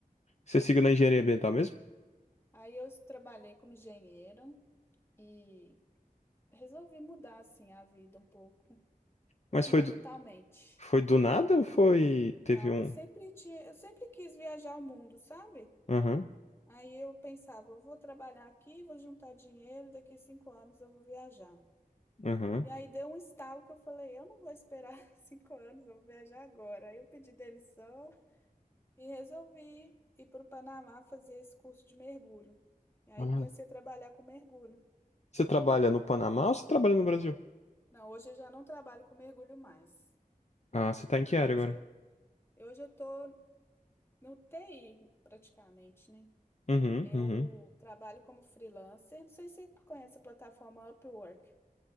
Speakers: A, on the left; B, on the left.
A: Você seguiu na engenharia ambiental mesmo?
B: Aí eu trabalhei como engenheira e resolvi mudar assim a vida um pouco. Um Pouco
A: Mas foi
B: não,
A: do,
B: totalmente.
A: foi do nada ou foi
B: Não,
A: teve um
B: eu sempre tinha, eu sempre quis viajar ao mundo, sabe?
A: Aham.
B: Aí eu pensava, eu vou trabalhar aqui, vou juntar dinheiro, daqui a cinco anos eu vou viajar.
A: Aham.
B: E aí deu um estalo que eu falei, eu não vou esperar <laughs> cinco anos, eu vou viajar agora. Aí eu pedi demissão e resolvi ir para o Panamá fazer esse curso de mergulho. E aí
A: Ah,
B: eu comecei a trabalhar com mergulho.
A: Você trabalha no Panamá ou você trabalha no Brasil?
B: Não, hoje eu já não trabalho com mergulho mais.
A: Ah, você tá em que área
B: Hoje
A: agora?
B: eu, hoje eu tô no TI praticamente, né?
A: Uhum,
B: Eu
A: uhum.
B: trabalho como freelancer. Não sei se tu conhece a plataforma Upwork.